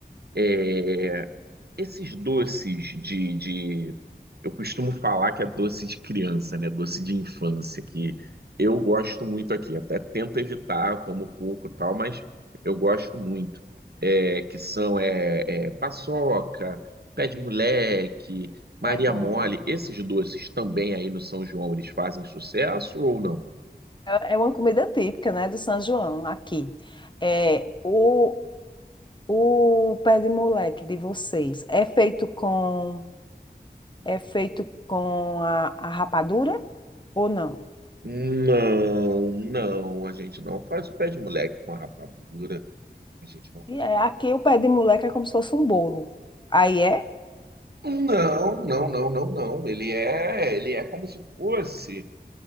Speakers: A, on the right; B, on the left.
A: eh, esses doces de, de- Eu costumo falar que é doce de criança, né? Doce de infância, que eu gosto muito aqui. Até tento evitar, como pouco e tal, mas eu gosto muito. É, que são é, é, paçoca, pé de moleque, Maria
B: É bom.
A: Mole. Esses doces também aí no São João, eles fazem sucesso ou não?
B: É é uma comida típica, né, do São João aqui. É, o, o pé de moleque de vocês é feito com é feito com a, a rapadura ou não?
A: Não, não. A gente não faz o pé de moleque com a rapadura. A gente não faz
B: E é,
A: pé de
B: aqui o pé de moleque é como se fosse um bolo. Aí é?
A: Não, não, não, não, não. Ele é, ele é como se fosse.